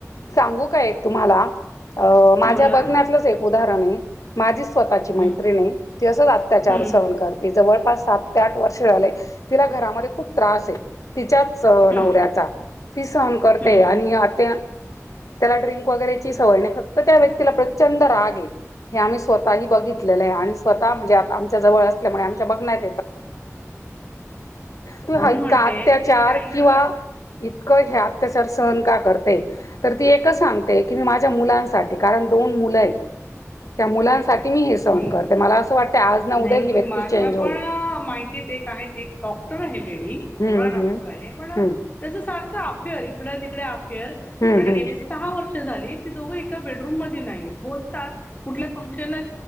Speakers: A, on the left; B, on the left.
A: सांगू का एक तुम्हाला अ माझ्या
B: बोला
A: बघण्याततलंच. उरण माझी स्वतःची मैत्री
B: हम्म
A: त असच अत्याचार
B: हम्म
A: सहन करते. जवळपास सात ते आठ वर्ष झाले तिला घरामध्ये खूप त्रास आहे तिच्या. नवऱ्याचा
B: हम्म
A: ती सहण करते
B: हम्म
A: आणि आता. त्याला ड्रिंक वगैरेची सवय नाही फक्त त्या व्यक्तीला प्रचंड राग आहे. हे आम्ही स्वतःही बघितलेलं आहे आणि स्वतः म्हणजे आता आमच्या जवळ असल्यामुळे आमच्या बघण्यात येत. तुम्
B: म्हणून
A: इतका
B: म्हणते
A: अत्याचार
B: की काही
A: किंवा.
B: वेळा
A: इतकं हे अत्याचार सहन का करते. तर ती एकच सांगते की मी माझ्या मुलांसाठी कारण दोन मुलं आहेत त्या मुलांसाठी. मी हे सहन
B: नाही
A: करते मला असं वाटतं आज ना
B: नाही
A: उद्या ही
B: मी
A: व्यक्ती
B: माझ्या
A: चेंज होईल.
B: पण माहितीत एक आहेत एक डॉक्टर आहे लेडी.
A: हम्म
B: नवरा डॉक्टर
A: हम्म
B: आहे पण
A: हम्म.
B: त्याच सारखं अफेअर इकड तिकडे अफेअर.
A: हम्म
B: आणि
A: हम्.
B: गेली सहा वर्ष झाली दोघ एका बेडरूम नाही बतात कुल्या फंक्शनला.